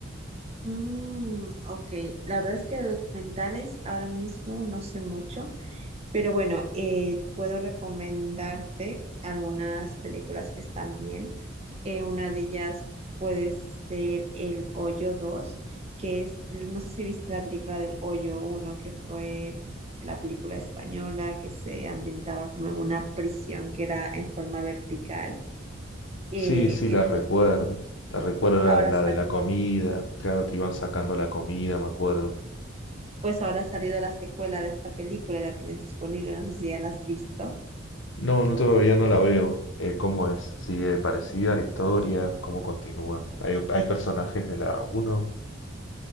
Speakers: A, on the right; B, on the left.
A: Mm, ok, la verdad es que de documentales ahora mismo no sé mucho. Pero bueno, eh, puedo recomendarte algunas películas que están bien. Eh, una de ellas puede ser El Hoyo dos que es, no sé si viste la película del Hoyo uno que fue la película española que se ambientaba como en una prisión que era en forma vertical. Eh,
B: Sí, sí,
A: entonces,
B: la recuerdo. La recuerdo la,
A: ahora
B: la
A: ha salido,
B: de la comida, claro que iban sacando la comida, me acuerdo.
A: pues ahora ha salido la secuela de esta película, la tienes disponible, no sé si ya la has visto.
B: No, no todavía no la veo. Eh, ¿cómo es? ¿Sigue parecida a la historia? ¿Cómo continúa? ¿Hay, hay personajes de la uno.